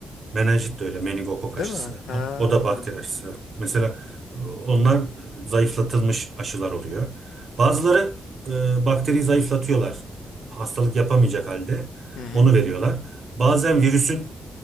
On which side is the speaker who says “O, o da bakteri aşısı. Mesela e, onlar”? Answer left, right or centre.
Right